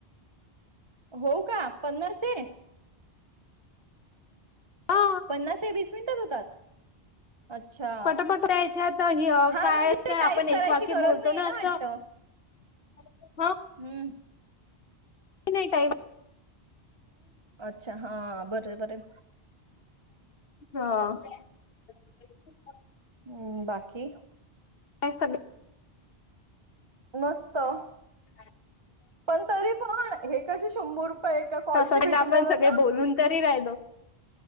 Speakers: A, on the right; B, on the left.
A: हो का? पन्नास ए
B: हा
A: पन्नास आहे वीस मिनिटात होतात? अच्छा
B: पटपट याच्यात य
A: हा
B: काय
A: म्हणजे
B: असतं,
A: ते
B: आपण
A: टाईप
B: एक
A: करायची
B: वाक्य
A: गरज
B: बोलतो
A: नाहीये
B: ना असं,
A: वाटतं
B: <unintelligible>
A: हम्म
B: काही नाही ताई.
A: अच्छा हा, बरंय बरंय.
B: हा <unintelligible>
A: हम्म, बाकी?
B: काय चालंय?
A: मस्तं.
B: <unintelligible>
A: पण तरी पण, हे कशे शंभर रुपये एका कॉलचे
B: त्यासाठी
A: भेटून
B: ना आपण
A: जातात
B: सगळे
A: ना
B: बोलून तरी राहिलो.